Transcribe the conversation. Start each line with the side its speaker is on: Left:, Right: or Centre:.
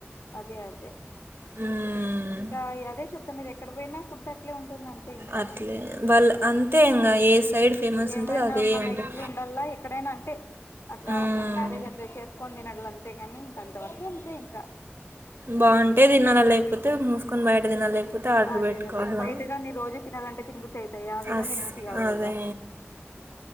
Left: అదే అదే
Right: హ్మ్.
Left: ఇంకా అదే చెప్తున్నారు ఎ ఎక్కడ పోయినా ఫుడ్ అట్లే ఉంటుంద అంతే ఇంకా
Right: అట్లే. వాళ్ళు అంతే ఇంగ ఏ సైడ్ ఫేమస్
Left: ఏమైనా
Right: ఉంటది అదే
Left: మన
Right: ఉంటది.
Left: ఇల్లు ఉండల్లా ఎక్కడైనా అంటే అట్లా
Right: హ్మ్.
Left: ఆఫ్టర్ మ్యారేజ్ అట్లే చేసుకోొని తినట్ల అంతే ని ఇంక అంతవరకు అంతే ఇంకా
Right: బావుంటే తినాలా, లేకపోతే మూసుకొని బయట తినాలా, లేకపోతే ఆర్డర్
Left: అదే
Right: పెట్టుకోవాలా.
Left: అదే బయటగా నీ రోజు పత్నాాలుగు గంట తిగుతి అవుయితయియవగంగా
Right: అస్
Left: దినమతిగావగుదా
Right: అదే